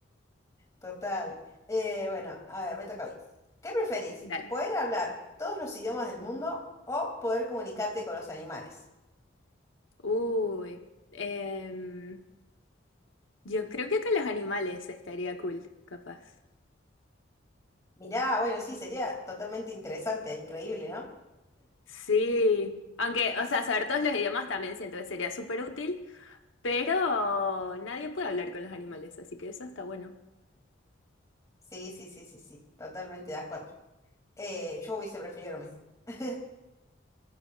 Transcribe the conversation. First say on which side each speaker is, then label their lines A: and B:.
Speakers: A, on the left (about 15°); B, on the left (about 80°).
A: Total. Eh, bueno, a ver, me toca a mí. ¿Qué preferís?
B: Dale.
A: ¿Poder hablar todos los idiomas del mundo o poder comunicarte con los animales?
B: Uy, em, yo creo que con los animales estaría cool, capaz.
A: Mirá, bueno, sí, sería totalmente interesante, e increíble, ¿no?
B: Sí, aunque, o sea, saber todos los idiomas también siento que sería súper útil, Pero nadie puede hablar con los animales, así que eso está bueno.
A: Sí, sí, sí, sí, sí, totalmente de acuerdo. Eh, yo hubiese preferido lo mismo. <laughs>